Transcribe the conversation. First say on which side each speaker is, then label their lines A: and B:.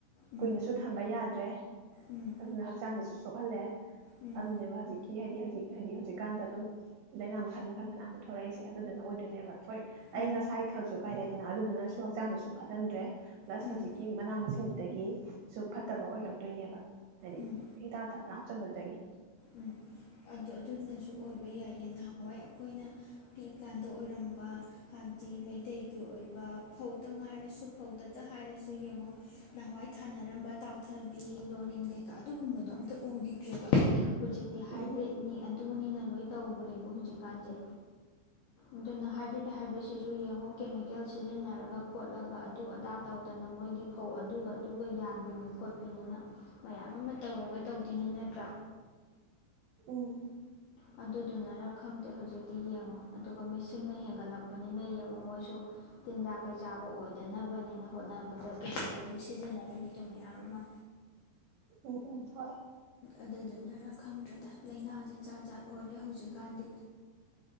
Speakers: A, on the left; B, on the right.
A: ꯎꯝ
B: ꯀꯨꯏꯅꯁꯨ ꯊꯝꯕ ꯌꯥꯗ꯭ꯔꯦ
A: ꯎꯝ
B: ꯑꯗꯨꯅ ꯍꯛꯆꯥꯡ ꯑꯃꯁꯨ ꯁꯣꯛꯍꯜꯂꯦ
A: ꯎꯝ
B: ꯑꯗꯨꯅꯦꯕ ꯍꯧꯖꯤꯛꯀꯤ ꯍꯥꯏꯗꯤ ꯍꯥꯏꯗꯤ ꯍꯧꯖꯤꯛꯀꯥꯟꯗ ꯑꯗꯨꯝ ꯂꯥꯏꯅꯥ ꯃꯈꯜ ꯃꯈꯜ ꯐꯅꯌꯥꯝ ꯊꯣꯛꯔꯛꯏꯁꯦ ꯑꯗꯨꯗꯨꯅ ꯑꯣꯏꯗꯣꯏꯅꯦꯕ ꯍꯣꯏ ꯑꯩ
A: ꯎꯝ
B: ꯉꯁꯥꯏ <unintelligible> ꯀꯥꯏꯔꯦꯗꯅ ꯑꯗꯨꯗꯨꯅꯁꯨ ꯍꯛꯆꯥꯡꯗꯨꯁꯨ ꯐꯠꯍꯟꯗ꯭ꯔꯦ ꯄ꯭ꯂꯁ
A: ꯎꯝ
B: ꯍꯧꯖꯤꯛꯀꯤ ꯃꯅꯥ ꯃꯁꯤꯡ ꯑꯗꯒꯤꯁꯨꯨ ꯐꯠꯇꯕ ꯑꯣꯏꯔꯛ ꯇꯣꯏꯅꯦꯕ ꯍꯥꯏꯗꯤ
A: ꯎꯝ
B: ꯍꯤꯗꯥꯛ ꯄꯨꯔꯥꯆꯝꯕꯗꯨꯗꯒꯤ
A: ꯎꯝ ꯑꯗꯨ ꯑꯗꯨꯅꯁꯨ ꯑꯣꯏꯕ ꯌꯥꯏꯌꯦ ꯅꯍꯥꯟꯋꯥꯏ ꯑꯩꯈꯣꯏꯅ ꯄꯤꯛꯏꯀꯥꯟꯗ ꯑꯣꯏꯔꯝꯕ ꯍꯥꯏꯕꯗꯤ ꯃꯩꯇꯩꯒꯤ ꯑꯣꯏꯕ ꯐꯧꯗ ꯉꯥꯏꯔꯁꯨ ꯐꯧꯗꯇ ꯍꯥꯏꯔꯁꯨ ꯌꯦꯡꯉꯣ ꯅꯍꯥꯟꯋꯥꯏ ꯊꯥꯅꯔꯝꯕ ꯇꯥꯎꯊꯕꯤ ꯅꯣꯔꯤꯟ ꯀꯩꯀꯥ ꯑꯗꯨꯒꯨꯝꯕꯗꯣ ꯑꯝꯇ ꯎꯈꯤꯗ꯭ꯔꯦꯕ ꯍꯨꯖꯤꯛꯇꯤ ꯍꯥꯏꯕ꯭ꯔꯤꯠꯅꯤ
B: ꯎꯝ
A: ꯑꯗꯨꯅꯤꯅ ꯂꯣꯏꯅ ꯇꯧꯈ꯭ꯔꯦꯕ ꯍꯧꯖꯤꯛꯀꯥꯟꯁꯦ ꯑꯗꯨꯅ ꯍꯥꯏꯕ꯭ꯔꯤꯠ ꯍꯥꯏꯕꯁꯤꯁꯨ ꯌꯦꯡꯉꯣ ꯀꯦꯃꯤꯀꯦꯜ ꯁꯤꯖꯤꯟꯅꯔꯒ ꯈꯣꯠꯂꯒ ꯑꯗꯨ ꯑꯗꯥ ꯇꯧꯗꯅ ꯃꯣꯏꯒꯤ ꯐꯧ ꯑꯗꯨꯒ ꯑꯗꯨꯒ ꯌꯥꯟꯕꯤꯅꯤ ꯈꯣꯠꯄꯤꯅꯤꯅ ꯃꯌꯥꯝ ꯑꯃ ꯇꯧꯔꯒ ꯇꯧꯗꯣꯏꯅꯤ ꯅꯠꯇ꯭ꯔꯥ
B: ꯎꯝ
A: ꯑꯗꯨꯗꯨꯅꯔ ꯈꯪꯗꯦ ꯍꯧꯖꯤꯛꯇꯤ ꯌꯦꯡꯉꯣ ꯑꯗꯨꯒ ꯃꯤꯁꯤꯡꯅ ꯍꯦꯟꯒꯠꯂꯛꯄꯅꯤꯅ ꯌꯦꯡꯉꯣ ꯃꯣꯏꯁꯨ ꯇꯤꯟꯖꯥꯛ ꯀꯩ ꯆꯥꯕ ꯑꯣꯏꯗꯅꯕꯅꯦꯅ ꯍꯣꯠꯅꯕꯗ ꯀꯦꯃꯤꯀꯦꯜꯁꯦ ꯁꯤꯖꯤꯟꯅꯔꯤꯅꯤꯗꯣ ꯃꯌꯥꯝ ꯑꯃ
B: ꯎꯝ ꯎꯝ ꯍꯣꯏ
A: ꯑꯗꯨꯗꯨꯅꯔ ꯈꯪꯗ꯭ꯔꯦꯗ ꯂꯥꯏꯅꯥꯁꯦ ꯖꯥꯠ ꯖꯥꯠ ꯑꯣꯏꯔꯦ ꯍꯧꯖꯤꯛꯀꯥꯟꯗꯤ